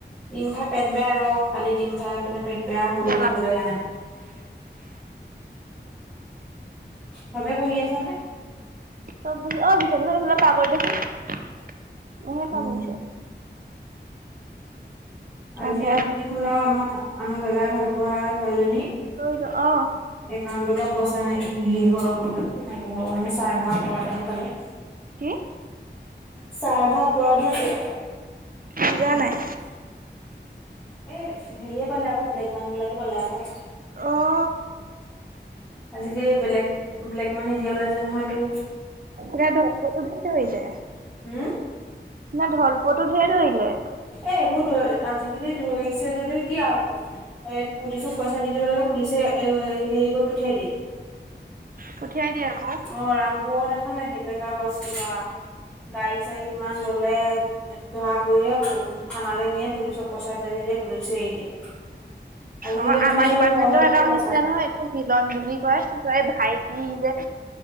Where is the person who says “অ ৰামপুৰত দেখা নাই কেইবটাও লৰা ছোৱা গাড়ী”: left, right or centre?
Centre